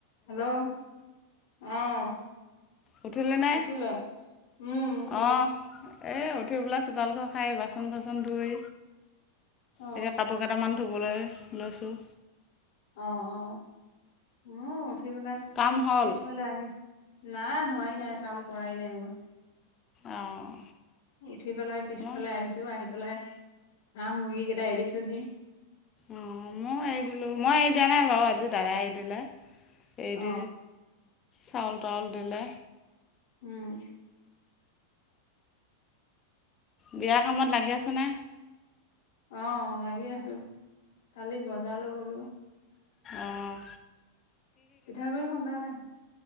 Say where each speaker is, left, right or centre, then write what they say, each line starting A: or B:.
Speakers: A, on the left (about 55°); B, on the left (about 25°).
A: হেল্ল' আহ
B: উঠিলেনে
A: উঠিলা উম উঠিলো।
B: অঁ এই উঠি পেলাই চোতালখন খাই- বাচন চাচন ধুই,
A: অ
B: এতিয়া কাপোৰ কেইটামান ধুবলৈ লৈছোঁ।
A: অ অ উম উঠি পেলাই
B: কাম হ'ল
A: পিছফালে আহিম। নাই হোৱাই নাই কাম কৰাই নাই আমাৰ।
B: অঁ
A: উঠি পেলাই পিছফালে
B: মই
A: আহিছো আহি পেলাই হাঁহ মুৰ্গী কেইটা এৰি দিছোহি।
B: অ মই এৰি দিলো মই এ দিয়া নাই বাৰু আজি দাদাই এৰি দিলে। এইদ
A: অ
B: চাউল তাউল দিলে।
A: উম।
B: বিয়া কামত লাগি আছেনে?
A: আহ লাগি আছো, কালি বজাৰলৈ গলো।
B: আহ।
A: পিঠাগুৰি খুন্দা নাই,